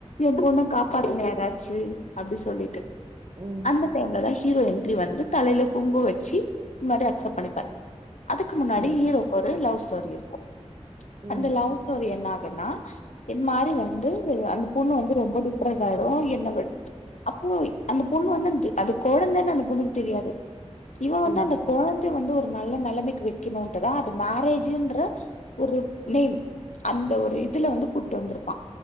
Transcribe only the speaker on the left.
ஏ பொண்ண காப்பாத்தூங்களே யாராச்சு அப்டி சொல்லிட்டு
அந்த டைம்லத ஹி ஹீரோ என்டரி வந்து தலையையில கும்கு வச்சு இந்த மாதிரி அக்சப்ட் பண்ணிப்பார் அதுக்கு முன்னாடி
ஹீரோ ஒரு லவ் ஸ்டோரி இருக்கும்
அந்த லவ் ஸ்டோரி என்ன ன்னா இது மாதிரி வந்து அந்த பொண்ணு வந்து ரொம்ப டிப்ரஸ் ஆயிடும் என்ன அப்போ அந்த பொண்ணு வந்து அது கோழந்தானு அந்த பொண்ணுக்கு தெரியாது இவ
வந்து அந்த குழந்தை வந்து ஒரு நல்ல நிலைமைக்கு வைக்கணும்ட்டுதா இப் மேராஜீஇன்ற ஒரு நேம் அந்த ஒரு இதுல வந்து கூட்டு வந்திருப்பா